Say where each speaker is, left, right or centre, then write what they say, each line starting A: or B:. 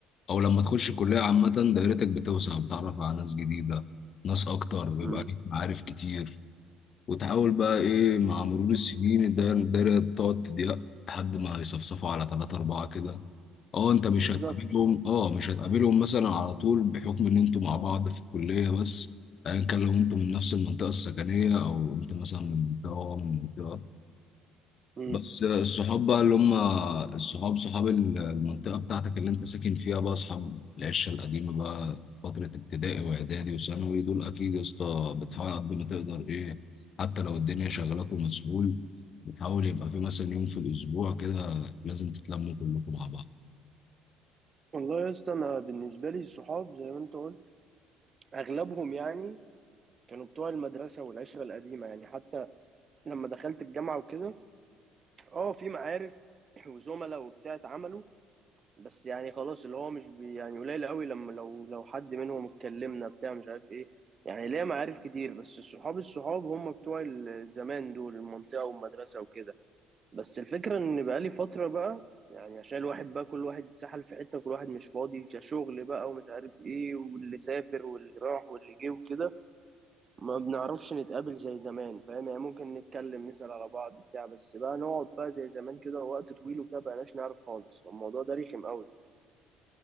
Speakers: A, on the left; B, on the right.
A: او لما تخش الكليه عامه دايرتك بتوسع بتتعرف على ناس جديده ناس اكتر بيبقى
B: امم
A: ليك معارف كتير وتحاول بقى ايه مع مرور السنين الدايره الدايرة تقعد تضيق لحد ما يصفصفوا على ثلاثة أربعة كده اه انت مش
B: بالظبط
A: هتقابلهم اه مش هتقابلهم مثلا على طول بحكم ان انتوا مع بعض في الكليه بس ايا كان لو انتوا من نفس المنطقه السكنيه او انت مثلا من منطقه وهو من منطقه
B: امم
A: بس الصحاب بقى اللي هم الصحاب صحاب ال- المنطقه بتاعتك اللي انت ساكن فيها بقى اصحاب العشه القديمه بقى فتره ابتدائي واعدادي وثانوي دول اكيد يا اسطى بتحاول قد ما تقدر ايه حتى لو الدنيا شغلاك ومسؤول بتحاول يبقى في مثلا يوم في الاسبوع كده لازم تتلموا كلكم مع بعض
B: والله يا اسطى انا بالنسبة لي الصحاب زي ما انت قلت اغلبهم يعني كانوا بتوع المدرسة والعشرة القديمة يعني حتى لما دخلت الجامعة وكده اه في معارف وزملاء وبتاع اتعملوا بس يعني خلاص اللي هو مش بي يعني قليل قوي لما لو لو حد منهم اتكلمنا بتاع مش عارف ايه يعني ليا معارف كتير بس الصحاب الصحاب هم بتوع الزمان دول المنطقة والمدرسة وكده بس الفكرة ان بقالي فترة بقى يعني عشان الواحد بقى كل واحد اتسحل في حتة كل واحد مش فاضي كشغل بقى ومش عارف ايه واللي سافر واللي راح واللي جه وكده ما بنعرفش نتقابل زي زمان فاهم يعني ممكن نتكلم نسأل على بعض بتاع بس بقى نقعد بقى زي زمان كده وقت طويل وكده بقناش نعرف خالص الموضوع ده رخم قوي